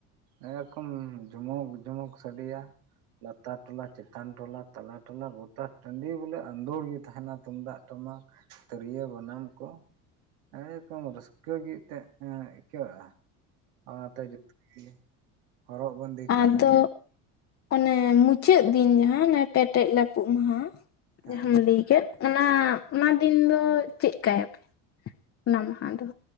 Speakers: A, on the right (about 80°); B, on the left (about 40°).
A: ᱮᱨᱚᱠᱚᱢ ᱡᱢᱚᱠ ᱡᱩᱢᱩᱚᱠ ᱥᱟᱰᱮᱭᱟ ᱞᱟᱛᱟᱨ ᱴᱚᱞᱟ ᱪᱮᱛᱟᱱ ᱴᱚᱞᱟ ᱛᱟᱞᱟ ᱴᱚᱞᱟ ᱜᱚᱴᱟ ᱴᱟᱺᱰᱤ ᱵᱚᱞᱮ ᱟᱸᱫᱳᱲ ᱜᱮ ᱛᱟᱦᱮᱱᱟ ᱛᱩᱢᱫᱟᱜ ᱴᱟᱢᱟᱠ ᱛᱤᱨᱭᱟᱹ ᱵᱟᱱᱟᱢ ᱠᱚ <inaudible> ᱨᱚᱠᱚᱢ ᱨᱟᱹᱥᱠᱟᱹ ᱜᱮ ᱮᱱᱛᱮᱫ ᱟᱹᱭᱠᱟᱹᱜᱼᱟ ᱚᱱᱟᱛᱮ ᱡᱚᱛᱚ ᱜᱮ ᱦᱚᱨᱚᱜ ᱵᱟᱸᱫᱮ ᱠᱚᱦᱚᱸ
B: ᱟᱫᱚ ᱚᱱᱮ ᱢᱩᱪᱟᱹᱫ ᱫᱤᱱ ᱡᱟᱦᱟᱸ ᱚᱱᱮ ᱯᱮᱴᱮᱡ ᱞᱟᱯᱩᱜ ᱢᱟᱦᱟ
A: ᱦᱮᱸ
B: ᱡᱟᱦᱟᱸᱟᱢ ᱞᱟᱹᱭ ᱠᱮᱫ ᱚᱱᱟ ᱚᱱᱟ ᱫᱤᱱ ᱫᱚ ᱪᱮᱫ ᱠᱟᱭᱟᱯᱮ ᱚᱱᱟ ᱢᱟᱦᱟ ᱫᱚ